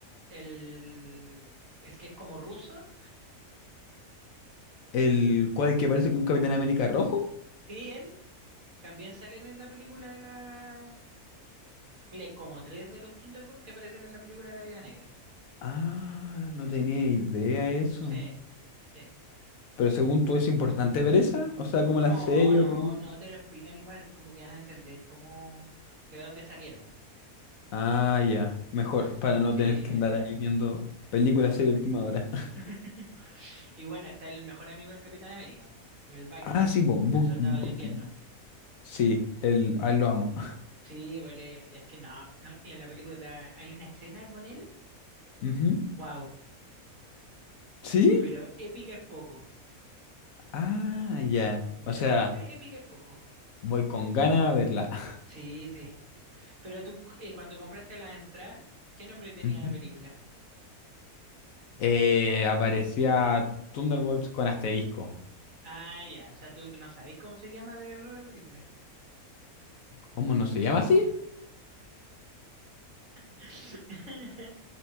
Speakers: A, on the right; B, on the left.
A: El, el que es como ruso,
B: ¿El cual que parece como un Capitán América rojo?
A: sí, él. También salen en la película de la... Mira, hay como tres de los Thunderbolts que aparecen en la película de la Vida Negra.
B: Ah, no tenía idea eso.
A: Sí, sí.
B: Pero según tú, ¿es importante ver esa? O sea, como
A: No,
B: la serie
A: no,
B: o película.
A: no te lo explican igual, como que van a entender cómo... de dónde salieron.
B: Ah, ya, mejor, para no
A: Sí,
B: tener que andar
A: sí.
B: ahí viendo películas, serie última hora.
A: <laughs>
B: <laughs>
A: Y bueno, está el mejor amigo del Capitán América, el Bucky,
B: Ah, sí, bo, Bo-
A: el soldado
B: Bucky.
A: de invierno.
B: Sí, el, a él lo amo. <laughs>
A: Sí, pues él es es que no, no, y en la película está- hay una escena con él,
B: Ujú.
A: wow,
B: ¿Sí?
A: pero épica es poco,
B: Ah, ya.
A: literalmente
B: O sea,
A: épica es poco.
B: voy con ganas a verla. <laughs>
A: Sí, sí, Pero tú, eh, cuando compraste la entrada, ¿qué nombre tenía
B: Ujú.
A: la película?
B: Eh, aparecía Thunderbolts con asterisco.
A: Ah, ya, o sea, tú tú no sabes cómo se llama de verdad la película.
B: ¿Cómo no se llama así?
A: <laughs>